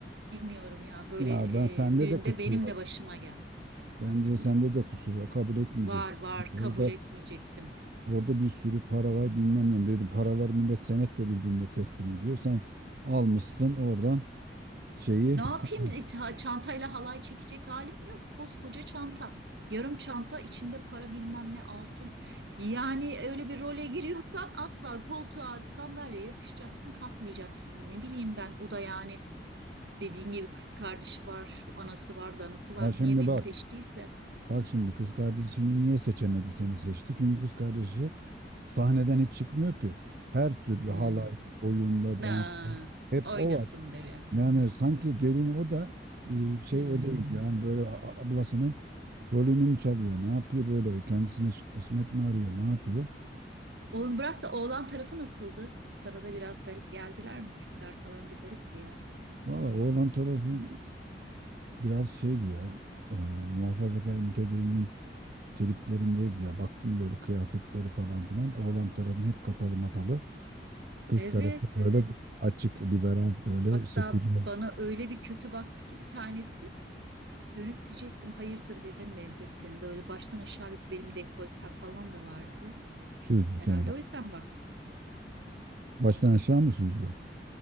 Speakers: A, on the right; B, on the right.
A: Bilmiyorum ya böyle
B: Ya ben sende
A: e, düğünde
B: de kusur
A: benim
B: var.
A: de başıma geldi.
B: Bence sende de kusur var. Kabul etmeyecektin.
A: Var var
B: Orada
A: kabul etmeyecektim.
B: orada bir sürü para var bilmem ne. Dedim paralar millet senetle birbirine teslim ediyor. Sen almışsın oradan şeyi.
A: Ne yapayım?
B: Tamam.
A: E, ta- Çantayla halay çekecek halim yok. Koskoca çanta. Yarım çanta içinde para bilmem ne altın. Yani öyle bir role giriyorsan asla koltuğa sandalyeye yapışacaksın kalkmayacaksın. Ne bileyim ben o da yani dediğin gibi kız kardeşi var şu anası var danası var.
B: Ben şimdi
A: Niye beni
B: bak.
A: seçtiyse.
B: Bak şimdi kız kardeşini niye seçemedi seni seçti? Çünkü kız kardeşi Sahneden hiç çıkmıyor ki. Her türlü
A: Hmm.
B: halayda, oyunda,
A: Aa,
B: dansta hep
A: oynasın
B: o var.
A: de be.
B: Yani sanki gelin o da e, şey
A: Hmm.
B: o değil yani böyle a- ablasının rolünü mü çalıyor? Ne yapıyor böyle? Kendisine ş- kısmet mi arıyor? Ne yapıyor?
A: Oğlum bırak da oğlan tarafı nasıldı? Sana da biraz garip geldiler mi? Tipler falan bir garipti ya.
B: Valla oğlan tarafı biraz şeydi ya e, muhafazakar mütedeyyin triplerindeydiler. Baktım böyle kıyafetleri falan filan. Oğlan tarafın hep kapalı mapalı. Kız
A: Evet
B: tarafı böyle
A: evet.
B: açık, liberal, böyle
A: Hatta
B: seküler
A: bana öyle bir kötü baktı ki bir tanesi dönüp diyecektim hayırdır birine mi benzettin? Böyle baştan aşağı biz benim dekoltem falan da vardı.
B: söz düzeni.
A: Herhalde o yüzden bak.
B: Baştan aşağı mı süzdü?